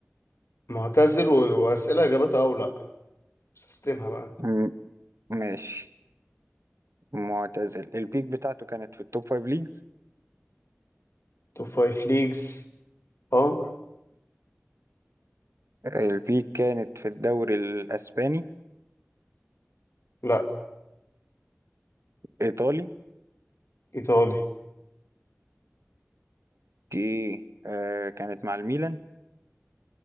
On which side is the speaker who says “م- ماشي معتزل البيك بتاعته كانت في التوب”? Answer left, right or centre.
Right